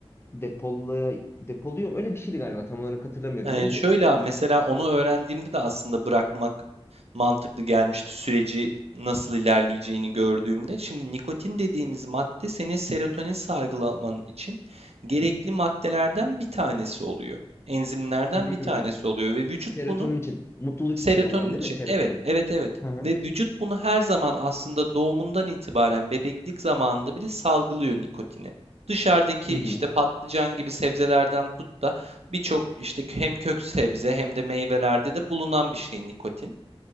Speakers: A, on the left; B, on the right.
A: depolaya, depoluyor. Öyle bir şeydi galiba. Tam olarak hatırlamıyorum.
B: Ee,
A: Neydi?
B: şöyle abi mesela onu öğrendiğimde de aslında bırakmak mantıklı gelmişti süreci nasıl ilerleyeceğini gördüğümde. Şimdi nikotin dediğimiz madde senin serotonin salgılaman için gerekli maddelerden bir tanesi oluyor. Enzimlerden
A: Hı.
B: bir tanesi oluyor ve vücut
A: Serotonin
B: bunu
A: için, mutluluk
B: Serotonin
A: için olan değil
B: için.
A: mi serotonin?
B: Evet, evet, evet.
A: Hı hı.
B: Ve vücut bunu her zaman aslında doğumundan itibaren bebeklik zamanında bile salgılıyor nikotini. Dışarıdaki
A: Hı hı.
B: işte patlıcan gibi sebzelerden tut da birçok işte hem kök sebze hem de meyvelerde de bulunan bir şey nikotin.